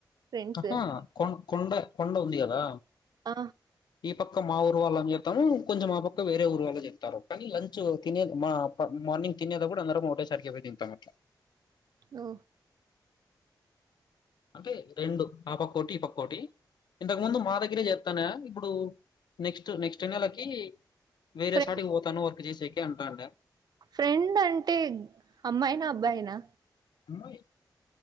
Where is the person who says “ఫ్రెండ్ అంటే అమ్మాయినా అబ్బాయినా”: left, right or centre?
Right